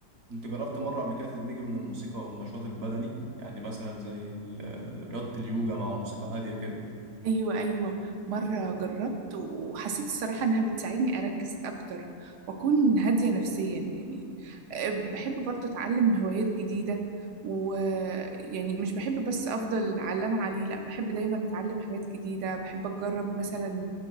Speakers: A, on the right; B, on the right.
A: انت جربت مره قبل كده تدمجي بين الموسيقى والنشاط البدني يعني مثلا زي ال- رياضه اليوجا مع موسيقى هاديه كده
B: ايوه ايوه مره جربت وحسيت الصراحه انها بتساعدني اركز اكتر واكون هاديه نفسيا يعني أه، بحب برضه اتعلم هوايات جديده ويعني مش بحب بس افضل على اللي انا عليه لا بحب دايما اتعلم حاجات جديده بحب اجرب مثلا